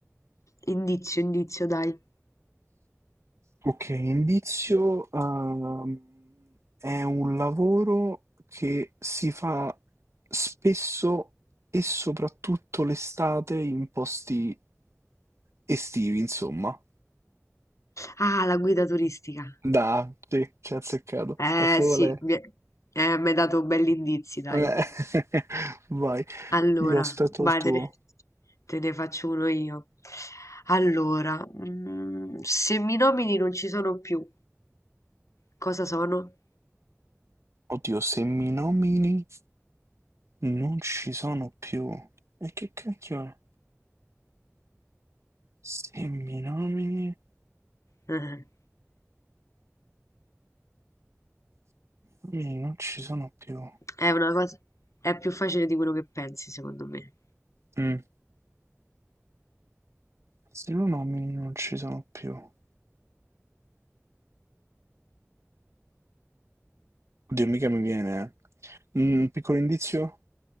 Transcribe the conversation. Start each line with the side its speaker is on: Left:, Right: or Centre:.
Left: indizio, indizio dai.
Right: Ok, indizio, ehm, è un lavoro che si fa spesso e soprattutto l'estate in posti estivi, insomma.
Left: Ah, la guida turistica.
Right: Da, sì, ci ha azzeccato.
Left: Eh
Right: È proprio
Left: sì,
Right: lei.
Left: mi è eh, m'hai dato belli indizi, dai.
Right: Eh, <laughs> Vai,
Left: Allora,
Right: io aspetto il
Left: vai,
Right: tuo.
Left: te ne, te ne faccio uno io. Allora, mm, se mi nomini non ci sono più, cosa sono?
Right: Oddio, se mi nomini non ci sono più. E che cacchio è? Se mi nomini,
Left: <laughs>
Right: nomini non ci sono più.
Left: È una cosa è più facile di quello che pensi, secondo me.
Right: Mm. Se lo nomini non ci sono più. Oddio, mica mi viene. eh. Mm, Un piccolo indizio?